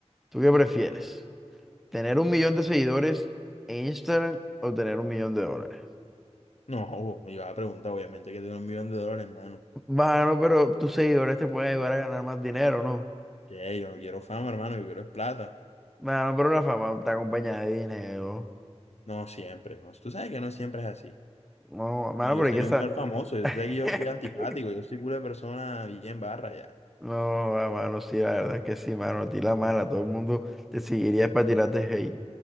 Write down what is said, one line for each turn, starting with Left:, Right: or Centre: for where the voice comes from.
Centre: ¿Tú qué prefieres? ¿Tener un millón de seguidores en Instagram o tener un millón de dólares?
Left: No, oh, me iba a preguntar, obviamente, que tiene un millón de dólares, hermano.
Centre: Bueno, pero tus seguidores te pueden ayudar a ganar más dinero, ¿no?
Left: Que hey, yo no quiero fama, hermano, yo quiero es plata.
Centre: Mano, pero la fama está acompañada de dinero.
Left: No, siempre, no. Tú sabes que no siempre es así.
Centre: No, mano,
Left: Y yo
Centre: pero
Left: sería
Centre: es que esa.
Left: un mal famoso, tú
Centre: <laughs>
Left: sabes que yo soy antipático, yo soy una persona bien barra ya.
Centre: No, joda, mano, sí, la verdad es que sí, mano, a ti la mala, todo el mundo te seguiría para tirarte hate.